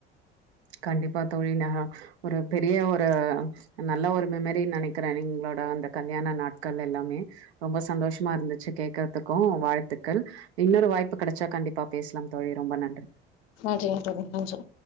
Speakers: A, on the right (about 80°); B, on the left (about 65°).
A: கண்டிப்பா தோழி நா ஒரு பெரிய ஒரு நல்ல ஒரு மெமரின் நெனக்கிற நீங்களோட அந்த கல்யாண நாட்கள் எல்லாமே ரொம்ப சந்தோஷமா இர்ந்துச்சு கேக்குறதுக்கு வாழ்த்துக்கள் இன்னொரு வாய்ப்பு கடச்சா கண்டிப்பா பேஸ்லா தோழி ரொம்ப நன்றி
B: நன்றிங் தோழி நன்றி